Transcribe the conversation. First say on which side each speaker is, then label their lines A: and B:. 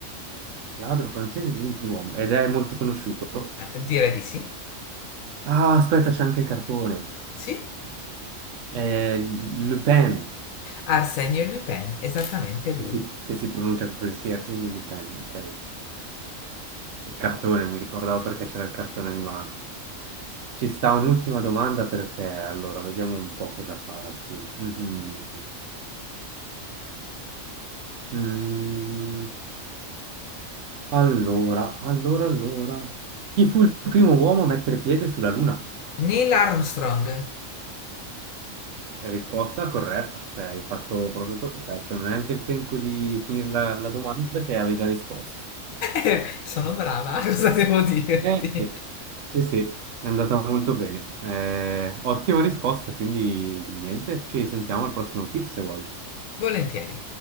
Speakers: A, on the right (about 70°); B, on the left (about 80°).
A: ladro francese Gentiluomo, ed è molto conosciuto.
B: Eh, Direi di sì.
A: Ah, aspetta, c'è anche il cartone.
B: Sì?
A: È Le Pen,
B: Arsenio Lupin, esattamente lui.
A: se si, se si pronuncia così, sì, Arsène Lupin, ok. Il cartone, mi ricordavo perché c'era il cartone animato. Ci sta un'ultima domanda per te, allora, vediamo un po' cosa farti. Mhm. Mm, Allora, allora, allora. Chi fu il primo uomo a mettere piede sulla Luna?
B: Neil Armstrong.
A: La risposta corretta, cioè hai fatto proprio perfetto, non è neanche il tempo di finire la, la domanda che avevi già risposto.
B: <laughs> Sono brava, cosa devo dirti?
A: Eh, Sì, sì, sì, è andata molto bene. Eh, ottima risposta, quindi niente, ci sentiamo al prossimo quiz se vuoi.
B: Volentieri.